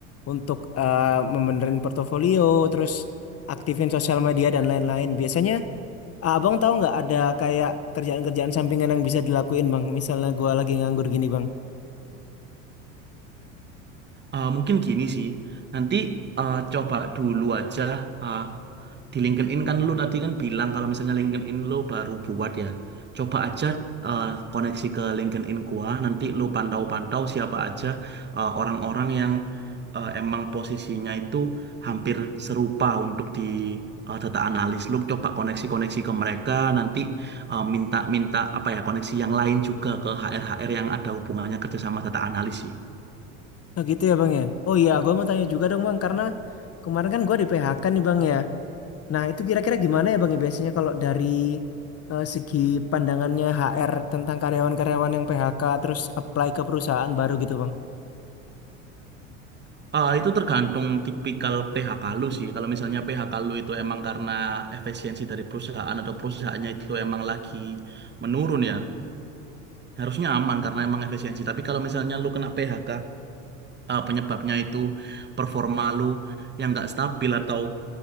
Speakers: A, on the left; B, on the right.
A: untuk eh membenerin portofolio, terus aktifin sosial media dan lain-lain. Biasanya eh, Abang tahu nggak ada kayak kerjaan-kerjaan sampingan yang bisa dilakuin Bang? Misalnya gua lagi nganggur gini Bang.
B: Eh, mungkin gini sih, nanti eh, coba dulu aja eh, di LinkedIn kan lu tadi kan bilang kalau misalnya LinkedIn lu baru buat ya, coba aja eh, koneksi ke LinkedIn gua, nanti lu pantau-pantau siapa aja eh, orang-orang yang eh, emang posisinya itu hampir serupa untuk di eh, data analis lu coba koneksi-koneksi ke mereka, nanti eh, minta-minta apa ya koneksi yang lain juga ke HR-HR yang ada hubungannya kerja sama data analis sih.
A: Nah gitu ya Bang ya. Oh iya, gua mau tanya juga dong Bang karena kemarin kan gua di PHK nih Bang ya. Nah, itu kira-kira gimana ya Bang ya biasanya kalau dari eh, segi pandangannya HR tentang karyawan-karyawan yang PHK terus apply ke perusahaan baru gitu Bang?
B: Ah, itu tergantung tipikal PHK lu sih. Kalau misalnya PHK lu itu emang karena efisiensi dari perusahaan atau perusahaannya itu emang lagi menurun ya, harusnya aman karena emang efisiensi. Tapi kalau misalnya lu kena PHK, ah, penyebabnya itu performa lu yang nggak stabil atau